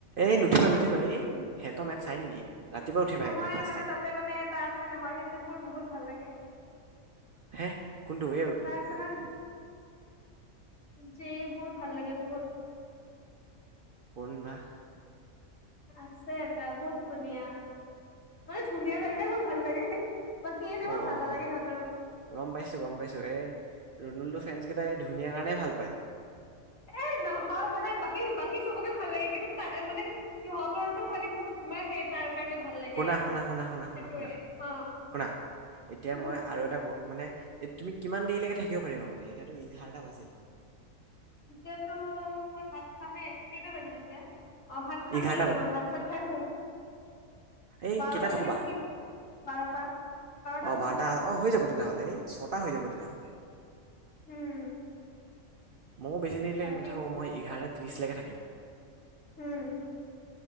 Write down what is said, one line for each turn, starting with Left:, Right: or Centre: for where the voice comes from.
Right: এই নুঠিবা নুঠিবা এই সেই টমেত চাই নেকি? ৰাতিপুৱা উঠিবা
Left: এ নহয়
Right: একেবাৰে পাঁচটাত
Left: মানে তাতে মানে এটা আছে নহয় সেইটো মোৰ বহুত ভাল লাগে।
Right: হেহ কোনটো এই <unintelligible>
Left: এটা আছে যে মোৰ ভাল লাগে বহুত।
Right: কোনবা?
Left: আছে এটা বহুত ধুনীয়া। মানে ধুনীয়াৰ
Right: বা
Left: কাৰণে মোৰ ভাল লাগে, বাকী এতিয়া
Right: অ
Left: মোৰ
Right: অ
Left: ভাল নালাগে সিহতৰ।
Right: গম পাইছো গম পাইছো, এই ৰুণুলটো ফেনস কেইটাই এই ধুনীয়া কাৰণেই ভাল পায়।
Left: এ নহয় মানে বাকী বাকী চবকে ভাল লাগে কিন্তু তাই মানে। সিহঁতৰটো খালি মোকমে সেই। তাৰ কাৰণে ভাল লাগে
Right: শুনা
Left: আৰু
Right: শুনা শুনা শুনা শুনা
Left: সেইটোয়ে
Right: শুনা
Left: অ
Right: শুনা এতিয়া
Left: উম
Right: মই আৰু এটাকম। মানে এ তুমি কিমান দেৰিলৈকে থাকিব পাৰিবা মানে এতিয়াতো এঘাৰটা বাজিল।
Left: এতিয়াতো মই ভাত খামে কেইটা বাজিলে এতিয়া অ ভাত খামেই
Right: এঘাৰটা
Left: এতিয়া
Right: বাজিল
Left: মই ভাত। চাত খাই হুম
Right: এই
Left: বাৰটালৈকে
Right: কেইটাত শুবা
Left: থাকিম বাৰটা। বাৰটাত
Right: অ
Left: শুম
Right: বাৰটা অ হৈ যাব তেতিয়াহ'লে এই ছটা হৈ যাব তেতিয়াহ'লে।
Left: উম-
Right: ময়ো বেছি দেৰিলৈকে
Left: পাৰি
Right: নেথাকোঁ মই এঘাৰটা ত্ৰিছলৈকে থাকিম।
Left: উম